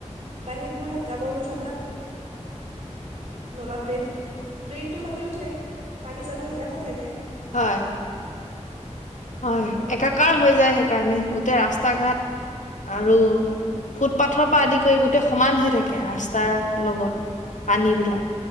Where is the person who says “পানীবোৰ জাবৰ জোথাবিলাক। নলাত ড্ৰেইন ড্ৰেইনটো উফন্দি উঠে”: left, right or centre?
Right